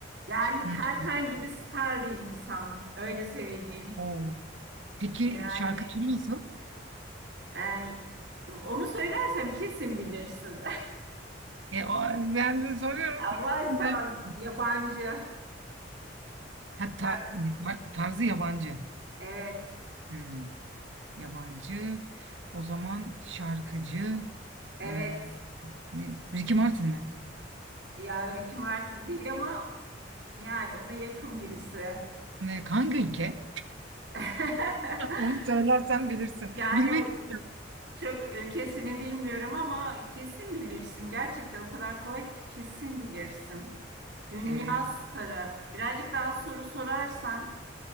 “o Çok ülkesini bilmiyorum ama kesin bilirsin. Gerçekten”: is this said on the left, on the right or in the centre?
Right